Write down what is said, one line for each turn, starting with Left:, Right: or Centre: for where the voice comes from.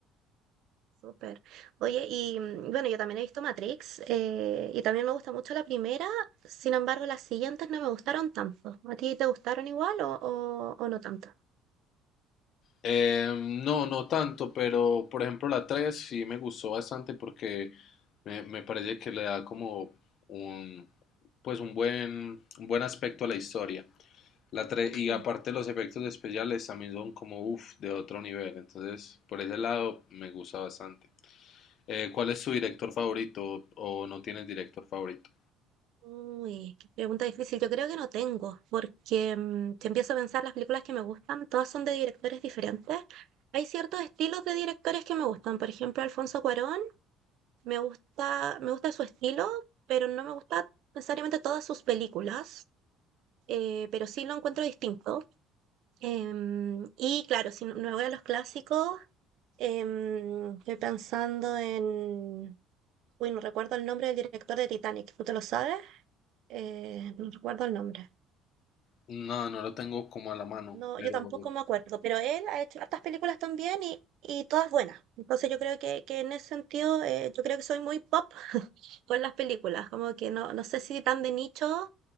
Right: Súper. Oye, y mm, bueno, yo también he visto Matrix eh, y también me gusta mucho la primera, sin embargo, las siguientes no me gustaron tanto. ¿A ti te gustaron igual o, o, o no tanto?
Left: Eh, no, no tanto, pero por ejemplo la 3 sí me gustó bastante porque me, me parece que le da como un, pues un buen, un buen aspecto a la historia. La tres
Right: Ujú.
Left: y aparte los efectos especiales también son como uff, de otro nivel. Entonces, por ese lado me gusta bastante. Eh, ¿cuál es tu director favorito o no tienes director favorito?
Right: Uy, qué pregunta difícil. Yo creo que no tengo, porque mm, si empiezo a pensar las películas que me gustan, todas son de directores diferentes. Hay ciertos estilos de directores que me gustan. Por ejemplo, Alfonso Cuarón, me gusta, me gusta su estilo, pero no me gusta necesariamente todas sus películas, eh, pero sí lo encuentro distinto. Em, y claro, si no- me voy a los clásicos, em, estoy pensando en... Uy, no recuerdo el nombre del director de Titanic. ¿Tú te lo sabes? Eh, no recuerdo el nombre.
Left: No, no lo tengo como a la mano,
Right: No,
Left: pero...
Right: yo tampoco me acuerdo, pero él ha hecho hartas películas también y, y todas buenas. Entonces yo creo que, que en ese sentido, eh, yo creo que soy muy pop <laughs> por las películas, como que no, no sé si tan de nicho.